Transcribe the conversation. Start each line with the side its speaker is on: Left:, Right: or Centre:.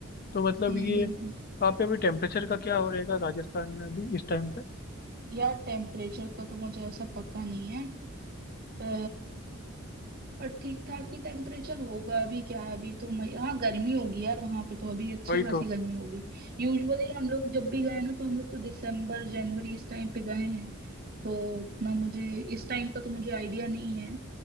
Left: तो मतलब
Right: हम्म
Left: ये
Right: हम्म हम्म
Left: वहाँ पे अभी टेम्परेचर का क्या हो रहेगा राजस्थान में अभी इस टाइम पे
Right: यार टेम्परेचर का तो मुझे ऐसा पता नहीं है पर ठीक ठाक ही टेम्परेचर होगा अभी क्या है अभी तो मई हाँ गर्मी होगी यार वहां पे तो अभी अच्छी
Left: वही
Right: खासी
Left: तो
Right: गर्मी होगी यूजुअली हम लोग जब भी गए ना तो हम लोग तो दिसंबर जनवरी इस टाइम पे गए हैं तो उतना मुझे इस टाइम का तो मुझे आइडिया नहीं है